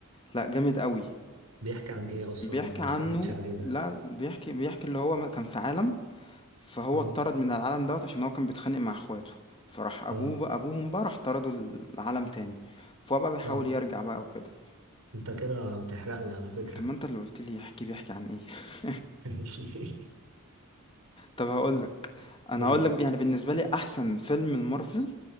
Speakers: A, on the left; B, on the right.
A: لأ جامد أوي،
B: بيحكي عن إيه أصلا؟
A: بيحكي
B: أنا ما
A: عنّه
B: اتفرجتش عليه ده
A: لأ بيحكي بيحكي اللي هو م كان في عالم، فهو
B: آه
A: اتطرد من العالم دوّة عشان هو كان بيتخانق مع اخواته، فراح أبوه
B: آه
A: بقى أبوهم بقى راح طرده ل لعالم تاني، فهو بقى بيحاول
B: آه
A: يرجع بقى وكده.
B: أنت كده بتحرق لي على فكرة
A: طَب ما أنت اللي قُلت لي احكِ بيحكي عن إيه؟ <laughs>
B: ماشي <laughs>
A: طَب هاقول لك، أنا
B: قول
A: هاقول
B: لي
A: لك يعني بالنسبة لي أحسن فيلم لmarvel